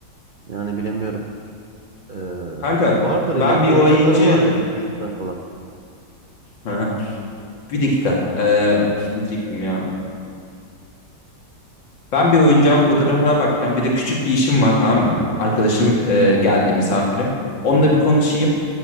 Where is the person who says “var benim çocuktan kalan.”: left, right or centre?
Right